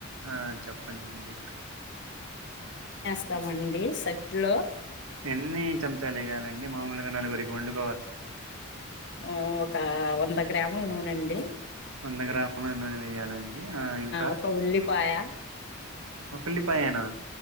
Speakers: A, on the right; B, on the left.
A: ఆ చెప్పండండి.
B: స్తామండి సట్లో
A: ఎన్ని చంచాల్ ఏయాలండి మామూల్గా నలుగురికి వండు
B: ఓ ఒక వంద గ్రాముల్ నూనండి.
A: వంద గ్రాముల నూనె వేయాలండి ఆ ఇంకా
B: ఒక ఉల్లిపాయ
A: ఒక ఉల్లిపాయేనా!